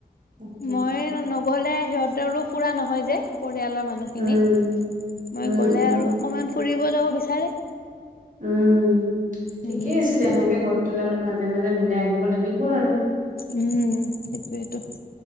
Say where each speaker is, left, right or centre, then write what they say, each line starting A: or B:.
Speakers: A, on the right; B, on the left.
A: তাকে
B: মই নগলে সিহঁতৰো ফুৰা নহয় যে পৰিয়ালৰ মানুহখিনি
A: উম
B: মই
A: উম
B: গলে
A: উম
B: আৰু অকমান ফুৰিব যাব বিচাৰে।
A: উম। ঠিকে
B: উম
A: আছিলে এনেকে ঘৰ পেলাই অলপ মাজে মাজে মিলাই আহিব লাগিব আৰু।
B: উম সটো এইটো।